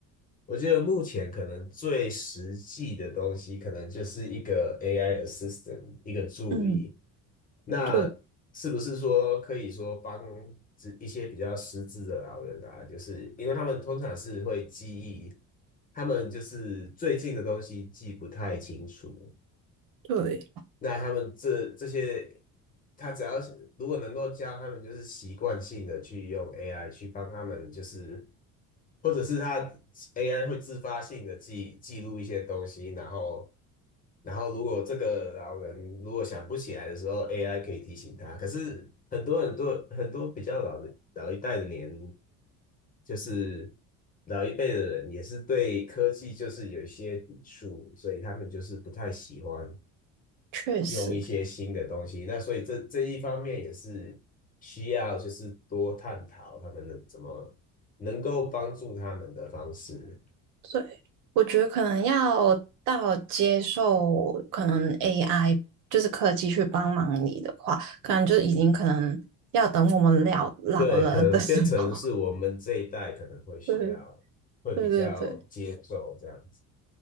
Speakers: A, on the left; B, on the right.
A: 我觉得目前可能最实际的东西，可能就是一个 AI assistant，一个助理。
B: 嗯，
A: 那
B: 对
A: 是不是说可以说帮这一些比较失智的老人啊，就是因为他们通常是会记忆，他们就是最近的东西记不太清楚，
B: 对，
A: 那他们这这些，他只要是如果能够教他们，就是习惯性的去用 AI 去帮他们，就是或者是他 AI 会自发性的记记录一些东西，然后然后如果这个老人如果想不起来的时候，AI 可以提醒他。可是很多很多很多比较老的老一代的年，就是老一辈的人也是对科技就是有一些抵触，所以他们就是不太喜欢。
B: 确实，
A: 用一些新的东西。那所以这这一方面也是需要就是多探讨他们能怎么能够帮助他们的方式。
B: 对，我觉得可能要到接受可能 AI 就是科技去帮忙你的话，可能就已经可能要等我们老老了的时候。
A: 对，可能变成是我们这一代可能会需要，
B: 对
A: 会比较接受这样子，
B: 对对对，